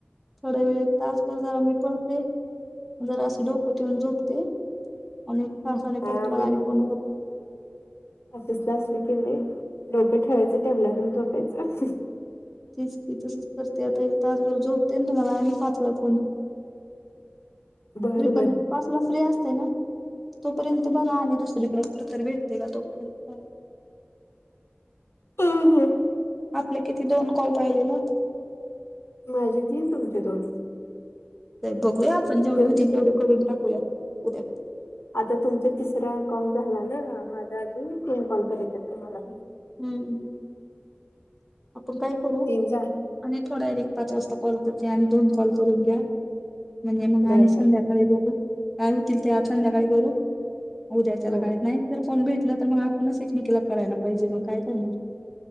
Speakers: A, in the centre; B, on the left (about 80°).
A: थोड्या वेळ तासभर जरा मी पडते जरा अशी डोकं ठऊन झोपते. आणि एक ताासने
B: हा
A: पर तुम्हाला आणि फोन करत.
B: ऑफिस ला असलं की नाही डोकं ठेवायचं टेबलावर आणि झोपायचं.
A: तेच की तसच करते आता एक तासभर झोपते आणि तुम्हाला आणि पाचला फोन
B: बर
A: <unintelligible>
B: बर
A: पाचला फ्री असते ना तोपर्यंत बघा आणि दुसरीकडे कुठ तर भेटते का तोपर्यंत
B: हा हा.
A: आपले किती दोन कॉल राहिले ना आता
B: माझे तीन तुमचे दोन
A: बघूया आपण जेवढे
B: तुमचे
A: होतील तेवढे करून टाकूया उद्या
B: आता तुमचा तिसरा कॉल झाला ना माझा अजून तीन कॉल करायचा आहेत तुम्हाला मी
A: हम्म. आपण काय करू
B: तीन झाले
A: आणि थोडा एक पाच वाजता कॉल करते आणि दोन कॉल करून घ्या. म्हणजे मग
B: बर
A: आणि संध्याकाळी
B: बर
A: बघून काय होतील ते आप संध्याकाळी करू. उद्याच्याला
B: हं.
A: काही नाही तरर कोण भेटलं तर मग आपणच एकमेकीला करायला पाहिजे मग काय करणार.